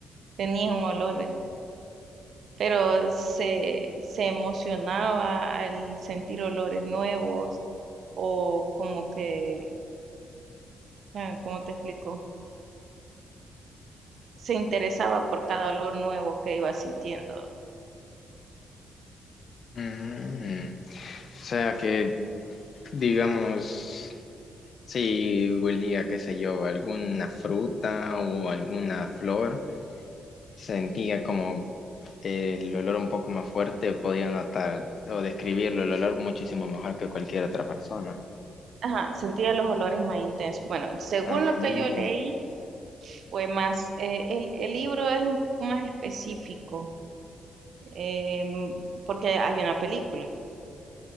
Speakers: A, on the right (about 65°); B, on the left (about 55°).
A: tenía un olor, eh, pero se, se emocionaba al sentir olores nuevos o como que, ah, ¿cómo te explico? Se interesaba por cada olor nuevo que iba sintiendo.
B: Mm, o sea que, digamos, si huelía, qué sé yo, alguna fruta o alguna flor, sentía como el olor un poco más fuerte, podía notar o describirlo, el olor muchísimo mejor que cualquier otra persona.
A: Ajá, sentía los olores más intensos. Bueno, según
B: Ah,
A: lo que
B: ujú.
A: yo leí, fue más, eh, el, el libro es un poco más específico, em, porque hay una película.